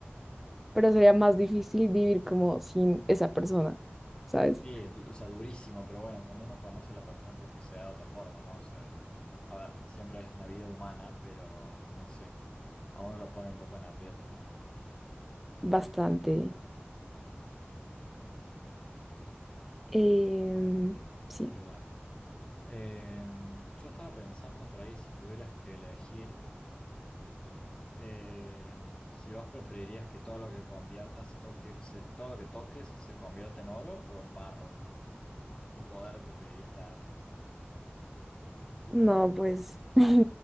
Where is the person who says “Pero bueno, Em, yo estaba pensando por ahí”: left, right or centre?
Left